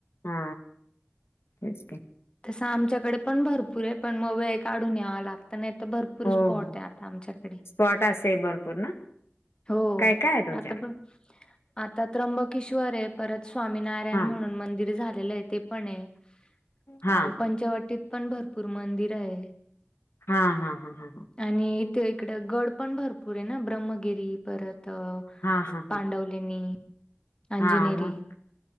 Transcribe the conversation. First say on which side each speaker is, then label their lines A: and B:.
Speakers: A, on the left (about 80°); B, on the left (about 25°).
A: हा तेच की.
B: तसं आमच्याकडे पण भरपूर आहे, पण मग वेळ काढून यावं लागतं नाही तर भर पूर
A: हो
B: स्पॉट
A: हो
B: आहे आता आमच्याकडे.
A: स्पॉट असे भरपूर ना
B: हो
A: काय काय आहे तुमच्याकडे
B: आता बघ, आता त्र्यंबकेश्वर आहे परत स्वामीनारायण
A: हा
B: म्हणून मंदिर झालेलं आहे ते पण आहे.
A: हा
B: अ पंचवटीत पण भरपूर मंदिर आहेत.
A: हां हां हां हां हां.
B: आणि इथे इकडं गड पण भरपूर आहे ना, ब्रह्मगिरी परत
A: हा हा
B: पांडवलेणी,
A: हा
B: अंजनेरी
A: हा मग